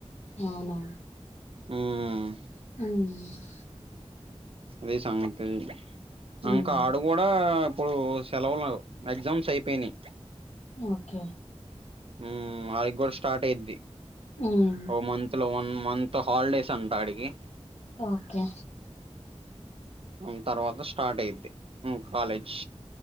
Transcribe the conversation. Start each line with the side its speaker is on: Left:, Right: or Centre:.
Left: అవునా?
Right: ఊమ్
Left: ఉమ్
Right: అది సంగతి ఇంకా
Left: ఉమ్
Right: ఆడు కూడా ఇప్పుడు సెలవులు ఎగ్జామ్స్ ఐపేనాయ్
Left: ఓకే
Right: ఉమ్ వాడికి కూడా స్టార్ట్ అయిద్ది
Left: ఉమ్
Right: ఓ మంత్ లో వన్ మంత్ హాలిడేస్ అంట ఆడికి
Left: ఒకే
Right: మ్ తర్వాత స్టార్ట్ అయిద్ది కాలేజ్